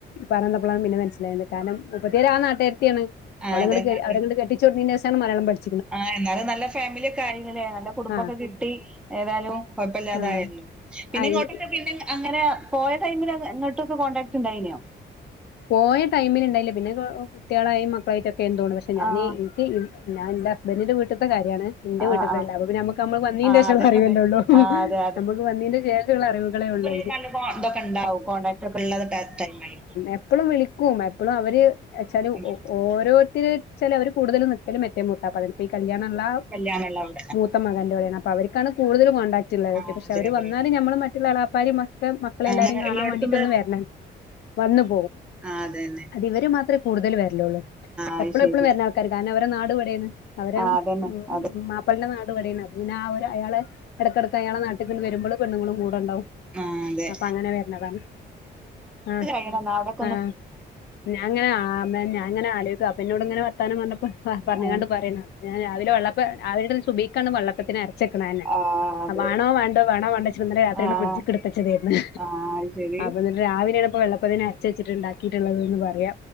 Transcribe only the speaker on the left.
പറഞ്ഞന്നപ്പളാണ് പിന്നെ മനസ്സിലായത് കാരണം മുപ്പത്തിയാര് ആ നാട്ടുകരത്തിയാണ്
ഓളെ
ഇങ്ങട്ട്
അവളെങ്ങട്ട് കെട്ടിച്ചൊട് ന്നേന്റെശാണ് മലയാളം പഠിച
ആ
ആ
ആ
ഇവ-
പോയ ടൈമിലിണ്ടായില്ല. പിന്നെ കുട്ടികളായി മക്കളായിട്ടൊക്കെ എന്തോണ്. പക്ഷെ ഞാനീ
ക്ക്‌ ഞാൻ ൻ്റെ ഹസ്ബന്റിന്റെ വീട്ട്ത്തെ കാര്യാണ് ഇന്റെ
വിട്ട്തല്ല
അപ്പെ പിന്നെ അമ്മക്ക് അമ്മക്ക്‌ വന്നീന്റെ
ശേഷള്ള
അറിവല്ലേ
ഉള്ളൂ.
നമ്മുക്ക് വന്നീന്റെ ശേഷള്ള അറിവുകളേ ഉള്ളെ
എപ്പളും വിളിക്കും എപ്പളും അവര് എച്ചാലും
ഒ ഓരോരുത്തര്ച്ചാല് അവർ കൂടുതൽ നിക്കലും മറ്റേ മൂത്താപ്പാൻ്റെ ഇപ്പ ഈ കല്യാണള്ള
മൂത്ത മകന്റോടെയാണ്. അപ്പൊ അവർക്കാണ് കൂടുതല് കോണ്ടാക്ട് ഇള്ളത്
പക്ഷെ
അവർ
വന്നാല്
നമ്മള് മറ്റുള്ള എളാപ്പാരിം ക്കെ മക്കളെ
എല്ലാരിം
കാണാൻ
വേണ്ടിട്ടൊന്ന് വെര്നം. വന്നു പോകും
അതിവര് മാത്രേ കൂടുതൽ വര്ലൊള്ളൂ.
എപ്പളു
എപ്പളും വര്നാൾക്കാര്, കാരണം ഇവരെ നാട് വടേണ് അവരെ
ഉം
മാപ്പിൾന്റെ നാട് വടേണ്. അപ്പം പിന്നെ ആവരെ അയാളെ എടക്കെടക്ക് അയാളെ നാട്ട്ക്ക്ണ്ട് വരുമ്പള് പെണ്ണുങ്ങളും കൂടെണ്ടാവും
അപ്പങ്ങനെ വര്നതാണ് ആഹ്
ആഹ് ഞാങ്ങനെ ആ ഞാൻ അങ്ങനെ ആലോയ്ക്കും. അപ്പന്നോട്ങ്ങനെ വർത്താനം പർഞ്ഞപ്പോ പ പറഞ്ഞികാണ്ട്
പറയാണ് ഞാൻ രാവിലെ വെള്ളപ്പം രാവിലത്തെ സുബൈക്കാണ് വള്ളപ്പത്തിന് അരച്ചെക്കണെന്നെ
ആ വാണോ വാണ്ടോ വാണോ വാണ്ടേ ച്ട്ട് ന്നലെ രാത്രിയണ്ട്
ഫ്രിഡ്ജ്ക്ട്ച്ചതേര്ന്ന്.
അപ്പന്ന്ട്ട് രാവിലെണ്പ്പൊ വെള്ളപ്പത്തിനര് ചച്ചിട്ട്ണ്ടാക്കിട്ട്ള്ളത്ന്ന് പറ്യ.